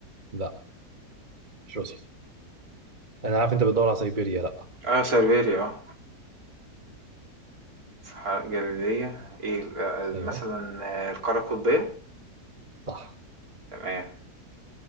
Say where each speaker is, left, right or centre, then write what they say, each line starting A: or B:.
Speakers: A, on the right; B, on the right.
A: لا مش روسيا انا عارف انت بتدور على سيبيريا لا
B: آه سيberia آه صحراء جليدية إيه آه، مثلا
A: ايوه
B: آه، القارة القطبية؟
A: صح
B: تمام